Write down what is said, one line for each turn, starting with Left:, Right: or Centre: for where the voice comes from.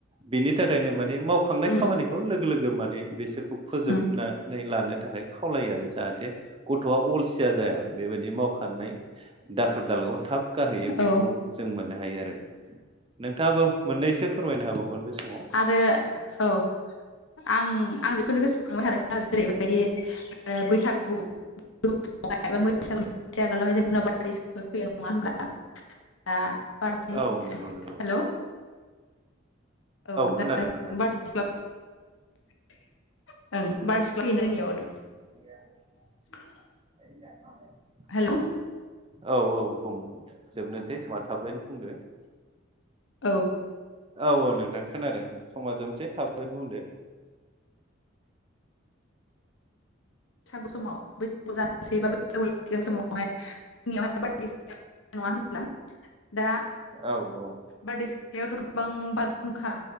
Right: बिनि थाखायनो माने माव थांनाय
Left: उम
Right: खामानि
Left: उम
Right: खौ लोगो लोगो माने बिसोरखौ फोजोबनानै
Left: उम
Right: लानो थाखाय खावलायो आरो जाहाथे गथ'आ अलसिया जाया बेबायदि माव खारनाय दाखोर दालाआव थाब गारहैयो
Left: औ
Right: बेखौ जों मोननो हायो आरो। नोंथाङाबो मोननैसो फोरमायनो हाबावगोन बे समाव
Left: ओ औ आं आं बेखौनो गोसो खांबाय थादों जेरैबायदि ओ बैसागु <unintelligible> एबा <unintelligible> बैसागु <unintelligible> नङा होनब्ला। दा बादि
Right: औ
Left: हेलौ।
Right: नंगौ नंगौ
Left: औ <inaudible> <unintelligible>
Right: खोनादों
Left: ओं
Right: नोंथां
Left: बार्टस <unintelligible> रोंनियाव <unintelligible>
Right: <inaudible>
Left: <inaudible>
Right: <inaudible>
Left: हेलौ
Right: औ औ बुं जोबनोसै समा थाबैनो बुंदो।
Left: औ
Right: औ औ नोंथां खोनादों समा जोबसै थाबैनो बुंदो।
Left: बैसागु समाव बैसागु जानोसै बा बैसागु सिगां समावहाय जोंनियावहाय बार सि नङा होनब्ला दा
Right: औ औ।
Left: बारदै सिख्लायावथ' गोबां बारहुंखा